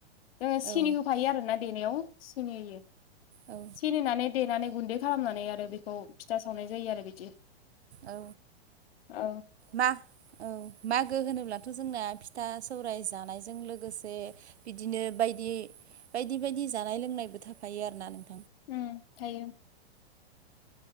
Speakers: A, on the left (about 60°); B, on the right (about 80°).
A: जोङो सिनि
B: औ
A: होफायो आरोना देनायाव सिनि होयो <unintelligible>
B: औ
A: सिनिनानै देनानै गुन्दै खालामनानै आरो बेखौ फिथा सावनाय जायो आरो बिदि।
B: औ
A: औ
B: मा औ मागो होनोब्ला <unintelligible> जोंना फिथा सौराय जानायजों लोगोसे बिदिनो बायदि। बायदि बायदि जानाय लोंनायबो थाफायो आरोना नों।
A: उ थायो।